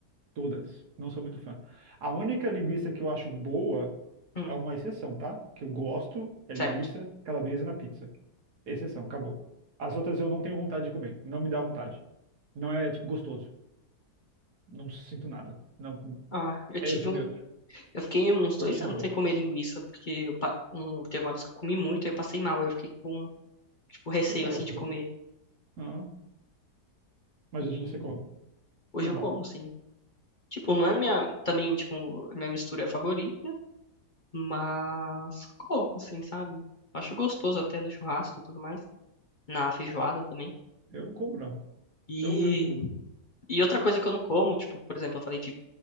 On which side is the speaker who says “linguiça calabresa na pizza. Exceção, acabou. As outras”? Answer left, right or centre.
Right